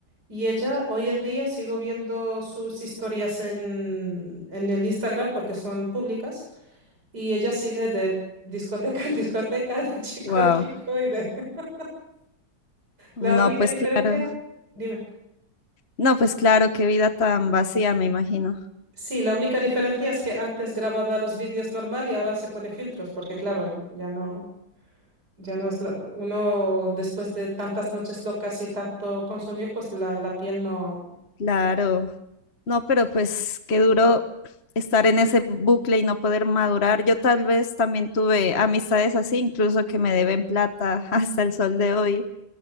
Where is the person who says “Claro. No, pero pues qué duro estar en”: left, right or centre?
Left